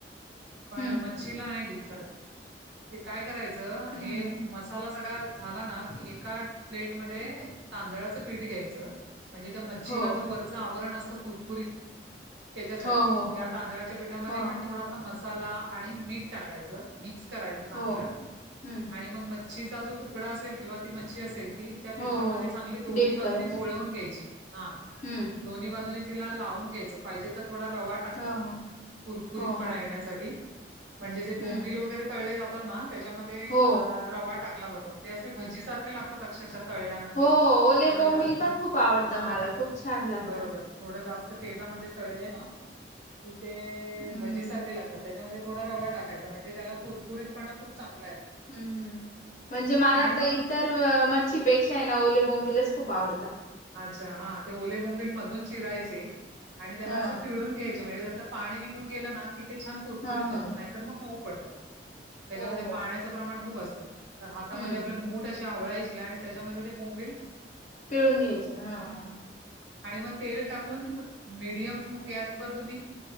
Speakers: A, on the right; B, on the left.
A: पण
B: हम्म
A: मच्छीला हे डीफ्राय ते काय करायचं
B: हम्म
A: हे मसाला सगळा झाला ना की एका प्लेट मध्ये तांदळाचं पीठ घ्यायचं म्हणजे त्या मच्छीला
B: हो
A: जो वरचं आवरण असतं कुरकुरीत त्याच्यासाठी
B: हो हो
A: त्या
B: हो
A: तांदळाच्या पीठामध्ये
B: ह
A: पण थोडा सा मसाला आणि मीठ टाकायचं मिक्स करायचं चांगलं
B: हो हम्म,
A: आणि मग म च्छीचा जो तुकडा असेल किंवा ती मच्छी असेल ती त्या
B: हो,
A: पिठामध्ये
B: हो.
A: चांगली दोन्ही
B: डीप
A: बाजूनी
B: करायचे.
A: घोळवून घ्यायची हा
B: हम्म.
A: दोन्ही बाजूनी तिला लावून घ्यायचं पाहिजे तर थोडा रवा टाकतात
B: हा, हा.
A: कुरकुरीत
B: हो, हो.
A: पणा येण्यासाठी म्हणजे जे बोंबील
B: हम्म.
A: वगैरे तळले जातात ना त्याच्यामध्ये
B: हो,
A: रवा टाकला जा तो ते असे भजीसारखे लाग तात अक्षरशः तळल्यानंतर
B: हो. ओले
A: थोडं
B: बोंबील
A: जास्त
B: पण खूप आवडता
A: हा
B: मला. खूप छान लागता.
A: बरोबर थोडं जास्त तेलामध्ये तळले ना तिथे
B: हम्म.
A: भजीसारखे लागतात त्याच्यामध्ये थोडा रवा टाकायचा म्हणजे त्याला कुरकुरीतपणा खूप चांगला येतो.
B: हम्म हम्म म्हणजे मला
A: आणि
B: तर
A: मग
B: इतर मच्छीपेक्षा आहे ना ओले बोंबीलाच खूप आवडता.
A: अच्छा हा ते ओलेबोंबिल मधून चिरायचे आणि त्याला
B: हा,
A: असं पिळून घ्यायचे म्हणजे त्यातलं पाणी निघून गेलं ना कि ते छान कुरकुरीत
B: हा, हा.
A: होतात नाहीतर मग मऊ पडतात त्याच्यामध्ये
B: हो, हो.
A: पाण्यात प्रमाण खूप असत हातमध्ये
B: हम्म.
A: आप मूठ अशी आवळायची आणि त्याच्यामध्ये ते बोंबल
B: पिळून घ्यायचे हा हा.
A: आणि मग तेल टाकून मडियम गॅसवरर तुम्ही